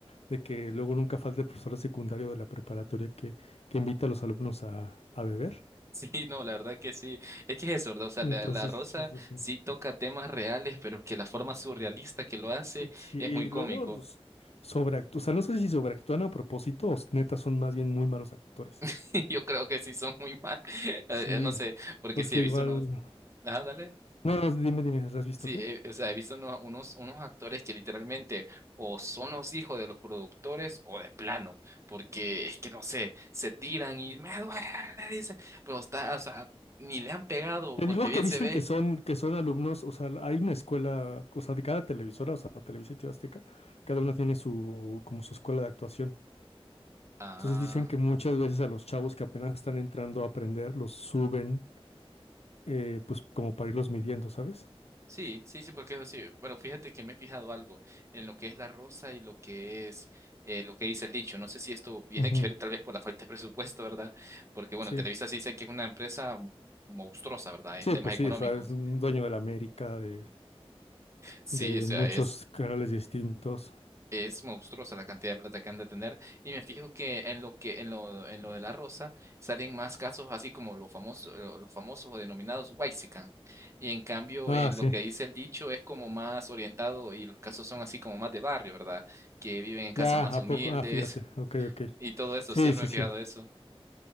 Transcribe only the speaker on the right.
Sí, no, la verdad que sí. Es que es eso, ¿verdad? O sea,
la, la Rosa
sí toca temas reales, pero que la forma surrealista que lo hace
es muy
cómico.
<laughs> Yo creo que sí son muy mal. <laughs> Eh,
No sé, porque
sí he visto
unos. Ah, dale.
Sí,
eh, o sea, he visto unos, unos, unos actores que literalmente o son los hijos de los productores o de plano, porque es que no sé, se tiran y me duele, dicen, pero está, o sea, ni le han pegado
porque
bien
se ve.
Ah,
sí, sí, sí, porque eso sí, pero fíjate que me he fijado algo en lo que es la rosa y lo que es eh, lo que dice el dicho. No sé si esto <laughs> viene
que ver tal vez por la falta de presupuesto, ¿verdad? Porque bueno,
Televisa sí dice que es una empresa monstruosa, ¿verdad? En
temas
económicos.
Sí,
o sea,
es
Es monstruosa la cantidad de plata que han de tener. Y me fijo que en lo que, en lo, en lo de la rosa, salen más casos así como los famosos, lo- los famosos o denominados Waxican. Y en cambio,
en
lo que dice el dicho, es como más orientado, y los casos son así como más de barrio, ¿verdad? Que viven en casas
más
humildes
<laughs>
y todo eso.
Siempre
me he
fijado eso.